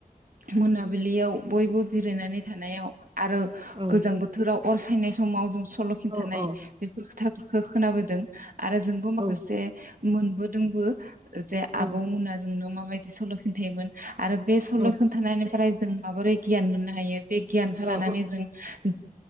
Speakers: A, on the right (about 60°); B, on the right (about 35°).
A: मोनाबा फाब्लियाव बयबो जिरायनानै। थानायाव आरो
B: औ
A: गोजां बोथोराव अर सायनाय समाव जों सलखिनथानाय
B: औ औ
A: बेफोर खोथा खोनाबोदों आरो जों फारसे
B: औ
A: मोनबोदोंबो। जे
B: औ
A: आबौ मोना जोंनो मा बायदि सल खिन्थायोमोन। आरो बे सल
B: औ
A: खोन्थानायनिफ्राय जों माबोरै गियान मोननो हायो बे गियानखौ
B: औ
A: लानानै जों जि